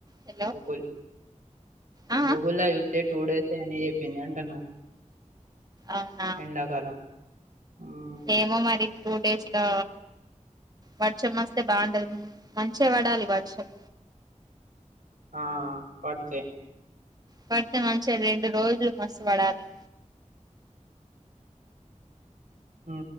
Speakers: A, on the right (about 30°); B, on the right (about 80°).
A: హలో
B: గూగుల్
A: ఆ ఆ
B: గూగుల్ల చూత్తే టూ డేస్ అని చెప్పింది అంటన్న
A: అవునా
B: ఎండాకాలం మ్మ్
A: ఏమో మరి టూ డేస్ లో వర్షం వస్తే బాగుంటది మంచిగ పడాలి వర్షం
B: ఆ పడితే
A: పడితే మంచిగ రెండు రోజులు మస్తు పడాలి
B: హ